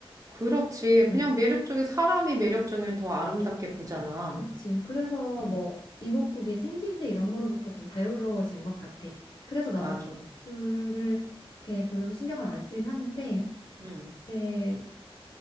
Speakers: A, on the right (about 35°); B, on the left (about 55°).
A: 그렇지.
B: 어,
A: 그냥 매력적인 사람이 매력적이면 더 아름답게 보잖아.
B: 그치. 그래서
A: 음.
B: 뭐 이목구비 생김새 이런 거로부터 좀 자유로워진 것 같아. 그래서 나도
A: 맞아.
B: 수를 이렇게 별로 신경을 안 쓰긴 하는데
A: 응.
B: 이제